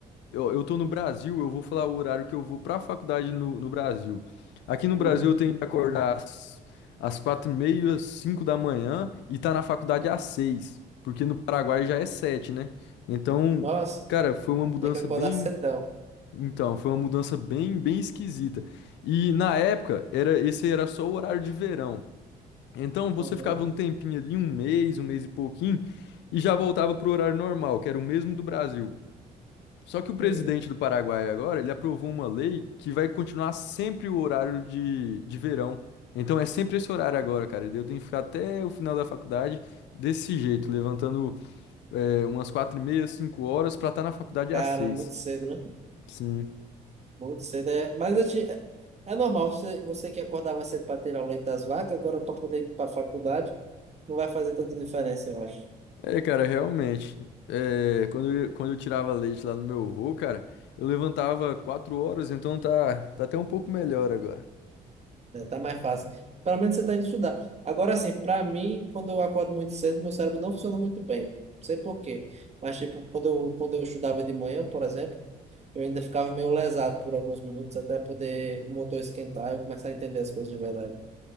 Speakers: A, on the left; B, on the right.
A: eu, eu tô no Brasil, eu vou falar o horário que eu vou pra faculdade no, no Brasil. Aqui no Brasil
B: Uhum.
A: eu tenho que acordar às, às quatro e meia, cinco da manhã e tá na faculdade às seis, porque no Paraguai já é sete, né? Então,
B: Nossa,
A: cara, foi uma mudança
B: Tem que acordar
A: bem,
B: cedão.
A: então, foi uma mudança bem, bem esquisita. E na época era esse era só o horário de verão. Então você
B: Uhum,
A: ficava um tempinho ali, um mês, um mês e pouquinho, e já voltava pro horário normal, que era o mesmo do Brasil. Só que o presidente
B: uhum.
A: do Paraguai agora, ele aprovou uma lei que vai continuar sempre o horário de, de verão. Então é sempre esse horário agora, cara. E Eu tenho que ficar até o final da faculdade desse jeito, levantando é, umas quatro e meia, cinco horas pra estar na faculdade
B: Cara,
A: às seis.
B: muito cedo, né?
A: Sim.
B: Muito cedo é. Mas eu te... é é normal, você, você que acordava cedo para ter o leite das vacas, agora para poder ir para a faculdade, não vai fazer tanta diferença, eu acho.
A: É, cara, realmente. É, quando eu, quando eu tirava leite lá no meu avô, cara, eu levantava quatro horas, então tá, tá até um pouco melhor agora.
B: né? Tá mais fácil. Pelo menos você está indo estudar. Agora, assim, para mim, quando eu acordo muito cedo, meu cérebro não funciona muito bem. Não sei por quê. Mas, tipo, quando eu, quando eu estudava de manhã, por exemplo, eu ainda ficava meio lesado por alguns minutos até poder o motor esquentar e eu começar a entender as coisas de verdade.